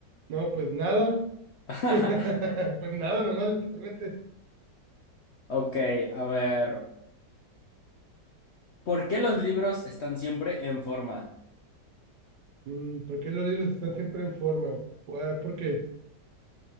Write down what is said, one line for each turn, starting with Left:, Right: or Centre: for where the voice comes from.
Right: No, pues nada. <laughs>
Left: <laughs>
Right: Pues nada, nomás literalmente.
Left: Ok, a ver. ¿Por qué los libros están siempre en forma?
Right: Mm, ¿Por qué los libros están siempre en forma? Pues, ah, ¿por qué?